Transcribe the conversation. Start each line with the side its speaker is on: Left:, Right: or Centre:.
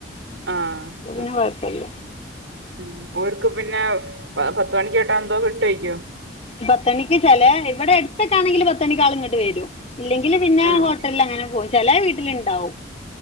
Right: ആഹ്
Left: അപ്പൊ പിന്നെ കൊഴപ്പല്ല
Right: ഉം ഓർക്ക് പിന്നെ പത്ത് മണിക്ക്ോട്ടാ എന്തോ വിട്ടയക്കും
Left: പത്തണിക്ക് ചില ഇവിടെ അടുത്തൊക്കാണെങ്കിൽ പത്ത് മണിക്കാള് ഇങ്ങോട്ട് വരും ഇല്ലെങ്കിൽ പിന്നെ
Right: ഉം
Left: ഹോട്ടലിൽ അങ്ങനെ പോകും ചില വീട്ടിലുണ്ടാവും